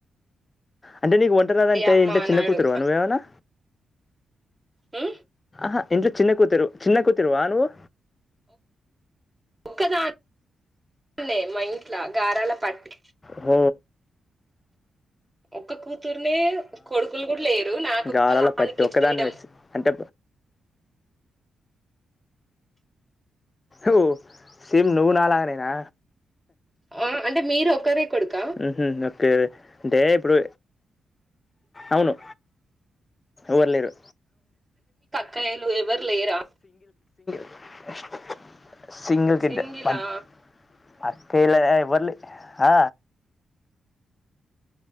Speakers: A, on the left; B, on the right.
A: అంటే నీకు వంటరాదంటే
B: అమ్మ
A: ఇంట్ల
B: అన్నాడు
A: చిన్న కూతురివా నువ్వేమన్నా.
B: హ్
A: హ ఇంట్లో చిన్న కూతురు చిన్న కూతురువా నువ్వు.
B: ఒక్కదాన్నే మా ఇంట్ల గారాల పట్టి.
A: హ
B: ఒక్క కూ కూతుర్నే కొడుకులు కూడా లేరు నాకొక్క
A: గారాల
B: దానికి
A: పట్టి ఒక్కదానివే
B: ఫ్రీడం.
A: స్ అంటే ఓ సేమ్ నువ్వు నాలగనేనా.
B: ఆ అంటే మీరు ఒకరే కొడుకా
A: ఉహ్ అ ఇప్పుడు అవును ఊర్లేరు
B: కాయలు ఎవరు లేరా
A: <inaudible> సింగిల్ గిడ్
B: సింగిలా
A: పట్ అక్కే ఇల్ బర్లి ఆ